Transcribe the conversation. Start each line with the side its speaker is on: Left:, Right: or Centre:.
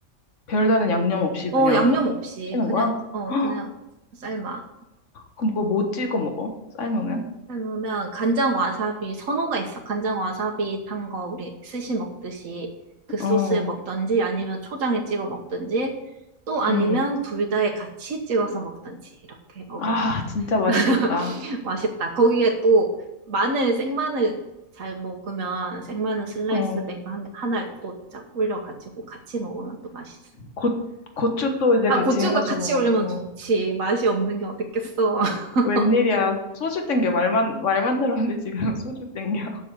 Left: 별다른 양념 없이
Right: 어,
Left: 그냥
Right: 양념 없이
Left: 찌는
Right: 그냥,
Left: 거야?
Right: 어,
Left: <gasps> 헉,
Right: 그냥 삶아.
Left: 그럼 그거 뭐 찍어 먹어? 삶으면?
Right: 그러면 간장 와사비 선호가 있어? 간장 와사비 탄 거 우리 스시 먹듯이 그 소스에
Left: 어.
Right: 먹든지 아니면 초장에 찍어 먹든지 또 아니면
Left: 응.
Right: 둘 다에 같이 찍어서 먹든지 이렇게 먹으면
Left: 아, 진짜
Right: <laughs>
Left: 맛있겠다.
Right: 맛있다. 거기에 또 마늘 생마늘 잘 먹으면 생마늘 슬라이스
Left: 어.
Right: 된 거 하나 또쫙 올려가지고 같이 먹으면 또 맛있어.
Left: 고, 고추 또 이제
Right: 아,
Left: 같이
Right: 고추도
Left: 해가지고
Right: 같이
Left: 먹고.
Right: 올리면 좋지. 맛이 없는 게 어딨겠어. <laughs>
Left: 웬일이야. 소주 땡겨. 말만, 말만 들었는데 지금 <laughs> 소주 땡겨.